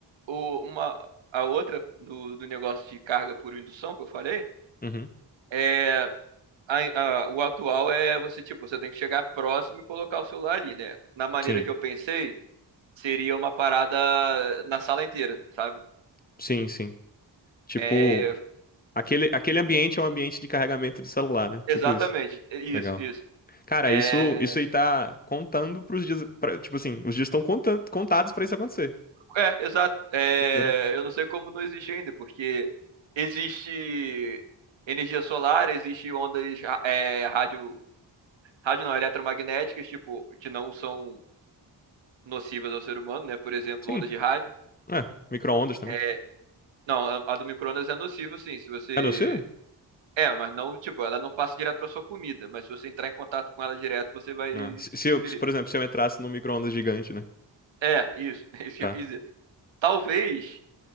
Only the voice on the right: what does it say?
o, uma, a outra do, do negócio de carga por indução que eu falei
é. a- a- o atual é você, tipo, você tem que chegar próximo e colocar o celular ali, né? Na maneira
que eu pensei, seria uma parada na sala inteira, sabe?
É,
exatamente,
é isso,
isso.
É,
é, exato. É,
eu não sei como não existe ainda, porque existe energia solar, existe ondas, é, rádio, rádio não, eletromagnéticas, tipo, que não são nocivas ao ser humano, né? Por exemplo,
ondas de rádio.
É, não, a a do micro-ondas é nociva, sim. Se você.
É, mas não, tipo, ela não passa direto pra sua comida, mas se você entrar em contato com ela direto, você vai
se
ferir.
É, isso, <laughs> é isso
que eu quis dizer. Talvez,